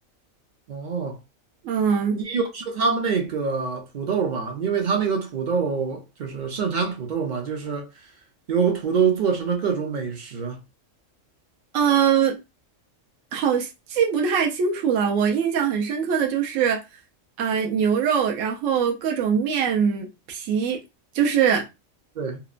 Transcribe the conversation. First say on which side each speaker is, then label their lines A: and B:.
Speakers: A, on the right (about 55°); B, on the right (about 75°).
A: 哦，
B: 嗯，
A: 你有吃他们那个土豆吗？因为他那个土豆就是盛产土豆嘛，就是有土豆做成的各种美食。
B: 呃，好，记不太清楚了。我印象很深刻的就是，呃，牛肉，然后各种面皮，就是
A: 对